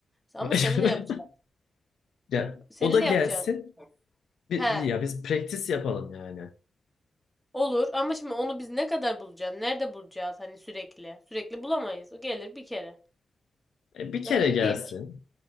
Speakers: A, in the centre; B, on the left.
A: Ama
B: <laughs>
A: seninle yapacağız.
B: Ya
A: Seninle
B: o da gelsin.
A: yapacağız.
B: Bir,
A: He.
B: bir ya biz practice yapalım yani.
A: Olur ama şimdi onu biz ne kadar bulacağız? Nerede bulacağız hani sürekli? Sürekli bulamayız. O gelir bir kere.
B: E, bir kere
A: Öyle
B: gelsin.
A: değil mi?